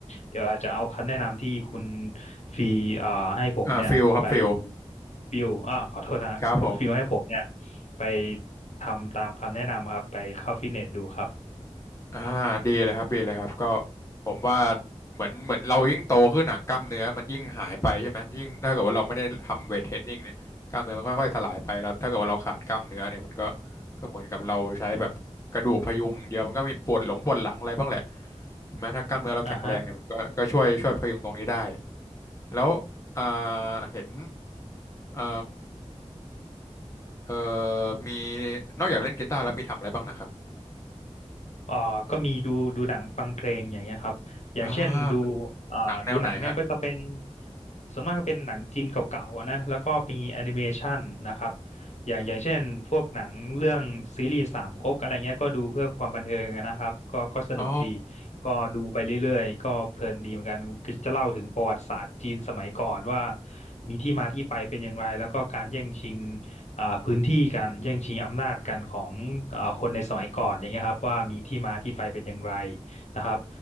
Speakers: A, on the left (about 75°); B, on the left (about 25°).
A: เดี๋ยวอาจจะเอาคำแนะนำที่คุณฟีเอ่อให้ผมเนี่ยไป
B: อ่าฟิลครับฟิล
A: ฟิวอ่าขอโทษนะฮะคุณฟิวให้ผมเนี่ย
B: ครับผม
A: ไปทำตามคำแนะนำครับไปเข้าฟิตเนสดูครับ
B: อ่าดีเลยครับดีเลยครับก็ผมว่าเหมือนเหมือนเรายิ่งโตขึ้นหนักกล้ามเนื้อมันยิ่งหายไปใช่ไหมยิ่งถ้าเกิดว่าเราไม่ได้ทำเวทเทรนนิ่งเนี่ยกล้ามเนื้อมันค่อยๆสลายไปแล้วถ้าเกิดว่าเราขาดกล้ามเนื้อเนี่ยมันก็ก็เหมือนกับเราใช้แบบกระดูกพยุงอย่างเดียวมันก็มีปวดหลงปวดหลังอะไรบ้างแหละใช่ไหมถ้ากล้ามเนื้อเราแข็งแรงเนี่ยมันก็ก็ช่วยช่วยพยุงตรงนี้ได้
A: อ่าฮะ
B: แล้วอ่าเห็นเอ่อเอ่อมีนอกจากเล่นกีตาร์แล้วมีทำอะไรบ้างนะครับ
A: เอ่อก็มีดูดูหนังฟังเพลงอย่างเงี้ยครับอย่างเช่นดู
B: อ่าเป็น
A: เอ่อดูหนังเนี่ยก็จะเป็น
B: หนังแนวไหนฮะ
A: ส่วนมากก็เป็นหนังจีนเก่าๆนะแล้วก็มีแอนิเมชันนะครับอย่างอย่างเช่นพวกหนังเรื่องซีรีส์สามก๊กอะไรเงี้ยก็ดูเพื่อความบันเทิงนะครับก็ก็สนุกดี
B: อ๋อ
A: ก็ดูไปเรื่อยๆก็เพลินดีเหมือนกันก็จะเล่าถึงประวัติศาสตร์จีนสมัยก่อนว่ามีที่มาที่ไปเป็นอย่างไร แล้วก็การแย่งชิง อ่าพื้นที่การแย่งชิงอำนาจกันของอ่าคนในสมัยก่อนอย่างเงี้ยครับว่ามีที่มาที่ไปเป็นอย่างไรนะครับ